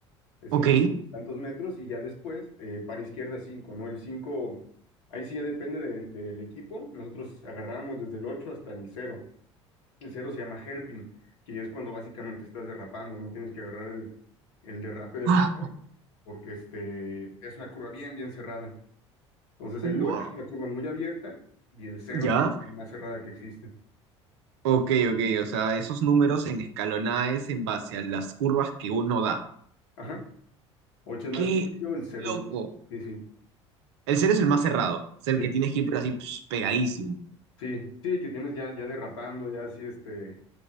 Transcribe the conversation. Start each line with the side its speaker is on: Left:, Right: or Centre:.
Left: es
Right: ok.
Left: una- tantos metros y ya después, eh, para izquierda cinco ¿no? El 5 ahí sí ya depende de- del equipo, nosotros agarramos desde el 8 hasta el cero el cero se llama hairpin, que ya es cuando básicamente estás derrapando, no tienes que agarrar el, el derrape del
Right: Ah,
Left: carro, porque este, es una curva bien, bien cerrada. Entonces
Right: Ua,
Left: el 8 es una curva muy abierta y el cero
Right: ¿Ya?
Left: es la más cerrada que existe.
Right: Ok, ok, o sea, esos números en escalonada es en base a las curvas que uno da.
Left: Ajá. Ocho es
Right: ¡Qué
Left: más sencillo, el cero
Right: loco!
Left: es más... Sí, sí,
Right: El cero es el más cerrado, es el
Left: sí,
Right: que tienes que ir pero así ps, pegadísimo.
Left: sí, sí, que tienes ya, ya derrapando, ya así, este,